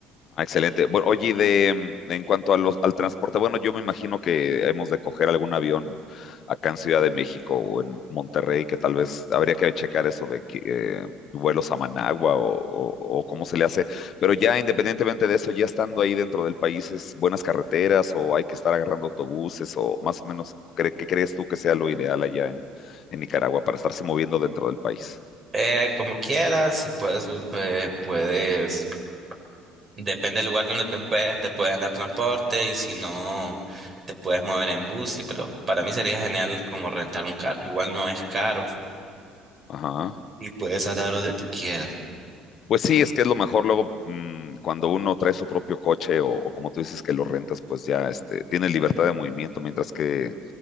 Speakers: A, on the left; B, on the right.
A: Ah, excelente. Bueno, oye, y de, mm, en cuanto a los, al transporte, bueno, yo me imagino que hemos de coger algún avión acá en Ciudad de México o en Monterrey, que tal vez habría que checar eso de que, eh, vuelos a Managua o, o- o cómo se le hace. Pero ya independientemente de eso, ya estando ahí dentro del país, ¿es buenas carreteras o hay que estar agarrando autobuses o más o menos, cre- ¿qué crees tú que sea lo ideal allá en, en Nicaragua para estarse moviendo dentro del país?
B: Eh, como quieras, si puedes, u- eh, puedes, depende del lugar donde te hospedes, te pueden dar transporte y si no, te puedes mover en bus, y- pero para mí sería genial como rentar un carro. Igual no es caro
A: Ajá.
B: y puedes andar donde tú quieras.
A: Pues sí, es que es lo mejor luego mm, cuando uno trae su propio coche o, o como tú dices que lo rentas, pues ya este, tiene libertad de movimiento, mientras que,